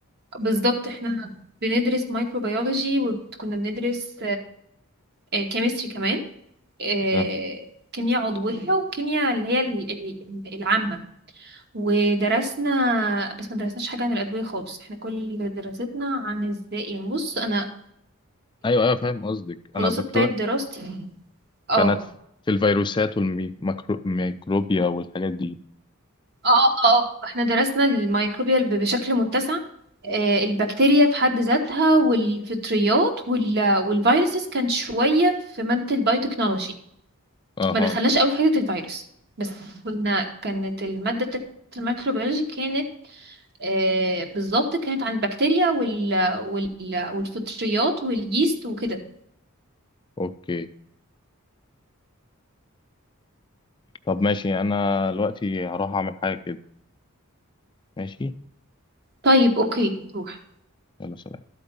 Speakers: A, on the right; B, on the left.
A: بالظبط احنا بندرس مايكروبيولوجي وكنا بندرس كيمستري كمان آه،
B: أه.
A: كيمياء عضويه وكيمياء اللي هي ال- ال- ال- العامه ودرسنا بس ما درسناش حاجه عن الادويه خالص احنا كل دراستنا عن ازاي يعني بص انا
B: ايوه ايوه فاهم قصدك
A: الخلاصه
B: انا بتكلم
A: بتاعت دراستي اه
B: كانت في الفيروسات والميكروبيا والحاجات دي
A: اه اه احنا درسنا الميكروبيال ب- بشكل متسع آه، البكتيريا في حد ذاتها والفطريات وال... والفيروسز كان شوية في مادة البايوتكنولوجي
B: اها
A: ما دخلناش قوي في حتة الفيروس بس كنا كانت المادة بتاعت الميكروبيولوجي كانت آه، بالظبط كانت عن البكتيريا وال... وال... والفطريات واليست وكده
B: اوكي طب ماشي انا دلوقتي هروح اعمل حاجة كده ماشي
A: طيب اوكي روح
B: يلا سلام